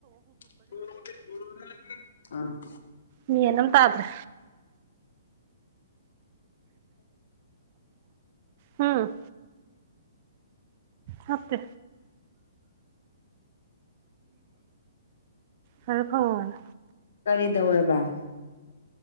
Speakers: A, on the left; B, on the right.
A: <unintelligible> <unintelligible> ꯑꯥ
B: ꯃꯦꯟ ꯑꯃ ꯇꯥꯗ꯭ꯔꯦ ꯎꯝ ꯅꯠꯇꯦ ꯍꯔ ꯐꯣꯟ
A: ꯀꯗ ꯑꯦꯕꯥꯏ